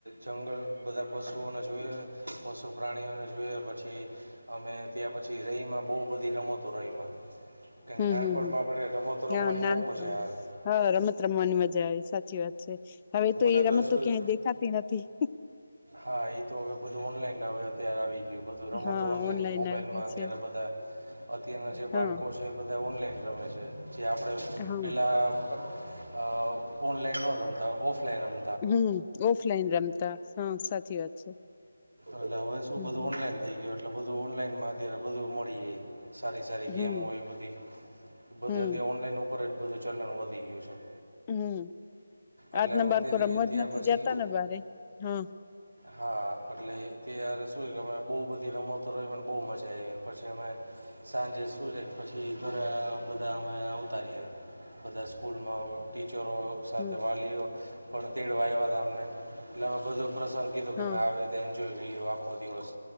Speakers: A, on the right; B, on the left.
A: જંગલ બધા પશુઓને જોઈ પશુ પ્રાણીઓને જોયા પછી અમે ત્યાં પછી રહીમાં બહુ બધી રમતો રહીમાં કેમ
B: હમ
A: કે નાનપણમાં
B: હમ હમ
A: આપણે રમતો રમવાની
B: હા નાનપણમાં
A: બહુ મજા આવે.
B: હા રમત રમવાની મજા આવે સાચી વાત છે હવે તો
A: મને
B: એ રમત
A: શું
B: તો ક્યાંય દેખાતી નથી. <inaudible>
A: હા એ તો હવે બધું ઓન લાઈન <inaudible> આવી ગયું બધું રમતો
B: હા
A: ઓનલાઈન મોબાઈલમાં
B: આવી
A: અત્યારે
B: ગયું છે
A: બધા અત્યારના જે
B: હા
A: બાળકો છે બ ઓનલાઈન રમે છે જે આપણે
B: હા
A: પેલા અ ઓનલાઈન નો રમતા ઓફલાઇન રમ
B: હમ ઓફલાઈન રમતા સાવ સાચી વાત છે.
A: એટલે હવે શું
B: હમ
A: બધું ઓનલાઈન થઈ ગયુ એટલે બધું ઓનલાઈન માં અત્યારે બધું મળી જાય. સારી સારી
B: હમ
A: ગેમો હોય બધી બધી
B: હમ
A: અત્યારે ઓનલાઈન ઉપર જ બધું ચલન વધી ગયું છે.
B: હમ
A: એટલે
B: આજના
A: અમે
B: બાળકો
A: તેથી
B: રમવા
A: ત્યાં
B: જ નથી
A: પછી
B: જતા ને બારે હા
A: હા એટલે ત્યારે શું કે અમે બહુ બધી રમતો રમીને બહુ મજા આવી પછી અમે સાંજે સુું છે પછી ઘરે બધા અમે આવતા રયા. બધા સ્કૂલમાં ટીચરો સાથે
B: હમ
A: વાલીઓ પણ તેડવા આવ્યા તા અમને એટલે મે બધું પ્રસંગ કીધું
B: હા
A: કે અમે આવી એન્જોય રયો આખો દિવસ